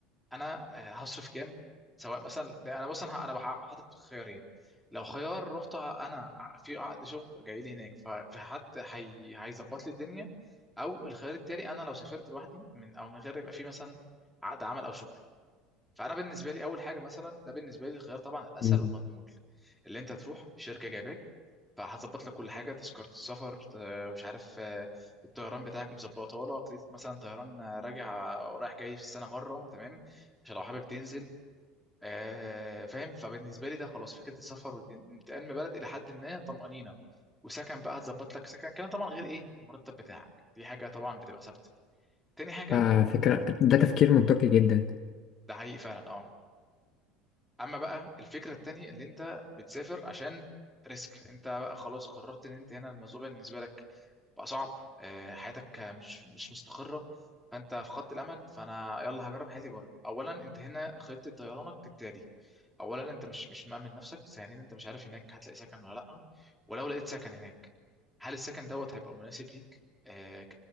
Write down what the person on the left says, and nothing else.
مم.
آه فكرة ده تفكير منطقي جدا